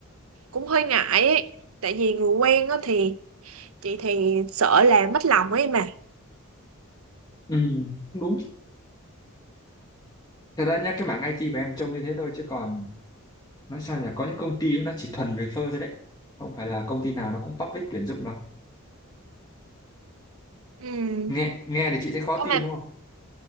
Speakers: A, on the right; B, on the left.
A: Cũng hơi ngại ấy. Tại vì người quen á thì chị thì sợ làm mất lòng ấy mà.
B: ừ cũng đúng thật ra nhá cái mảng IT của em trông như thế thôi chứ còn nói sao nhỉ có những công ty ấy, nó chỉ thuần về phơ thôi đấy không phải là công ty nào nó cũng public tuyển dụng đâu
A: Ừ.
B: nghe nghe thì chị thấy khó tin
A: Ô mà,
B: đúng không